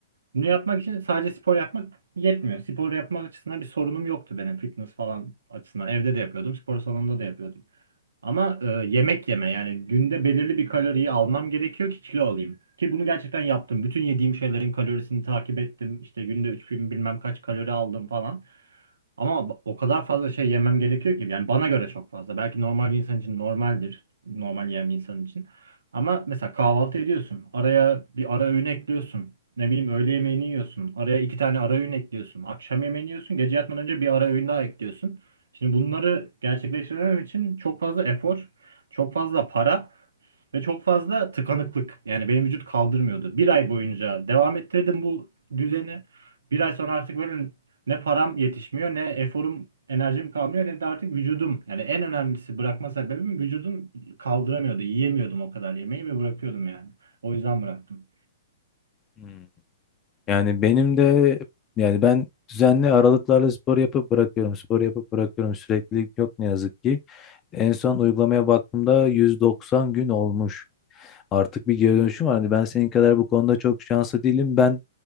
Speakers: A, on the right (about 85°); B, on the left (about 25°).
A: Bunu yapmak için sadece spor yapmak yetmiyor. Spor yapmak açısından bir sorunum yoktu benim fitness falan açısından. Evde de yapıyordum, spor salonunda da yapıyordum. Ama e, yemek yeme yani günde belirli bir kaloriyi almam gerekiyor ki kilo alayım. Ki bunu gerçekten yaptım. Bütün yediğim şeylerin kalorisini takip ettim. İşte günde 3000 bilmem kaç kalori aldım falan. Ama b- o kadar fazla şey yemem gerekiyor ki yani bana göre çok fazla. Belki normal bir insan için normaldir. Normal yiyen bir insan için. Ama mesela kahvaltı ediyorsun. Araya bir ara öğün ekliyorsun. Ne bileyim öğle yemeğini yiyorsun. Araya iki tane ara öğün ekliyorsun. Akşam yemeğini yiyorsun. Gece yatmadan önce bir ara öğün daha ekliyorsun. Şimdi bunları gerçekleştirmem için çok fazla efor, çok fazla para ve çok fazla tıkanıklık. Yani benim vücut kaldırmıyordu. Bir ay boyunca devam ettirdim bu düzeni. Bir ay sonra artık böyle ne param yetişmiyor, ne eforum, enerjim kalmıyor, ne de artık vücudum. Yani en önemlisi bırakma sebebim vücudum kaldıramıyordu. Yiyemiyordum o kadar yemeği ve bırakıyordum yani. O yüzden bıraktım.
B: Hmm. Yani benim de yani ben düzenli aralıklarla spor yapıp bırakıyorum. Spor yapıp bırakıyorum. Süreklilik yok ne yazık ki. En son uygulamaya baktığımda 190 gün olmuş. Artık bir geri dönüşüm var. Hani ben senin kadar bu konuda çok şanslı değilim. Ben